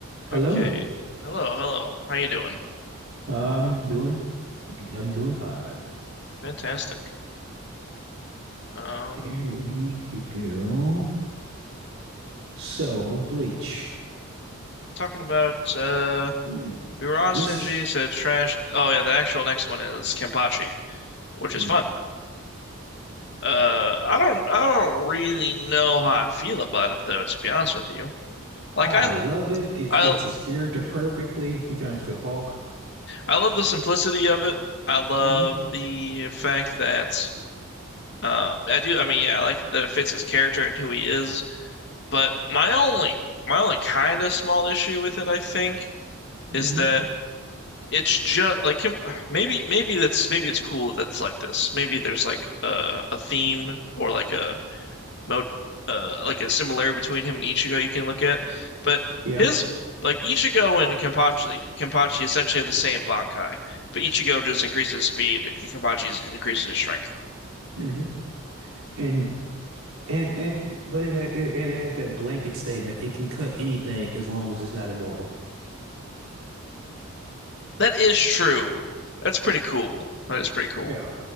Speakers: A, on the right; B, on the left.
A: Hello.
B: Okay. Hello, hello. How you doing?
A: Um, doing I'm doing fine.
B: Fantastic. Um,
A: There we could go. So, Bleach.
B: talking about uh
A: Hmm.
B: we were on
A: This
B: Shinji, said trash. Oh yeah, the actual next one is Kenpachi, which is
A: hmm.
B: fun. Uh, I don't I don't really know how I feel about it though, to be honest with you. Like
A: I
B: I
A: love it. It
B: I
A: fits his character perfectly. He turns to the Hulk.
B: I love the simplicity of it. I love
A: hmm
B: the fact that um I do I mean yeah, I like that it fits his character and who he is, but my only my only kind of small issue with it, I think,
A: hmm
B: is that it's just like him- maybe maybe that's maybe it's cool that it's like this. Maybe there's like uh, a theme or like a mo uh, like a similarity between him and Ichigo you can look at. But
A: Yeah.
B: his like Ichigo and Kenpachi Kenpachi essentially have the same Bankai, but Ichigo just increases his speed and Kenpachi's increases his strength.
A: hmm And and and but it has it, and it has that blanket statement. It can cut anything as long as it's not immortal.
B: That is true. That's pretty cool. That is pretty cool.
A: Yeah.